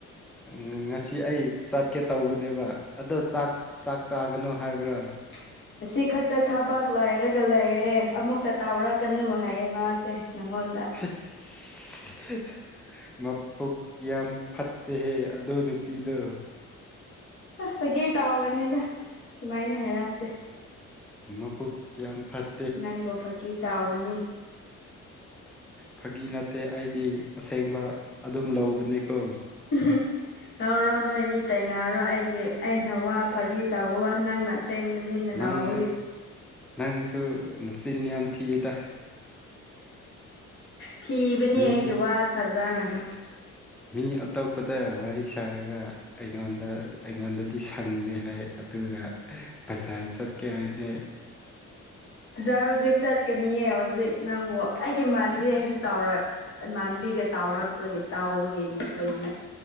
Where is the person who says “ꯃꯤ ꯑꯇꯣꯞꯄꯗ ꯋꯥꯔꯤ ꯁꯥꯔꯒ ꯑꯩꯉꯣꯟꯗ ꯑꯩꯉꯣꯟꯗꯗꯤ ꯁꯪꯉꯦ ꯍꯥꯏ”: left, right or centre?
Centre